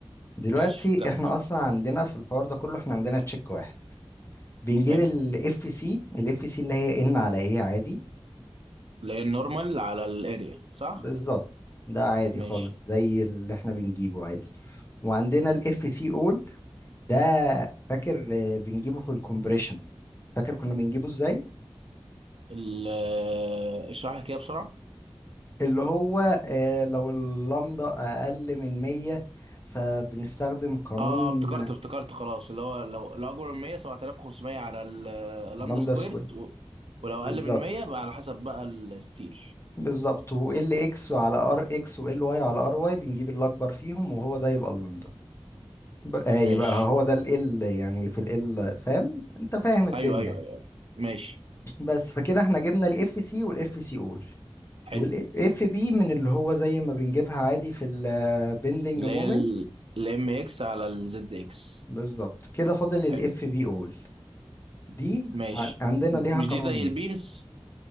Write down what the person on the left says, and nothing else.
دلوقتي
احنا اصلا عندنا في الحوار ده كله احنا عندنا تشيك واحد بنجيب
الاف سي الاف سي اللي هي ان على ايه عادي
بالظبط ده عادي
خالص زي اللي احنا بنجيبه عادي وعندنا الاف سي اول ده فاكر آه، بنجيبه في الكومبريشن فاكر كنا بنجيبه ازاي
اللي هو آه، لو اللمدة اقل من 100 فبنستخدم قانون
لمدة
سكوير
بالظبط
بالظبط و ال اكس على ار اكس و ال واي على ار واي بنجيب الاكبر فيهم وهو ده يبقى اللمدة بقى
يبقى هو ده ال ال يعني في ال ال فاهم انت فاهم الدنيا
بس فكده احنا جبنا الاف سي والاف سي اول
والاف بي من اللي هو زي ما بنجيبها عادي في البندنج
مومنت
بالظبط كده فاضل الاف
بي اول دي
ع- عندنا
ليها قانونين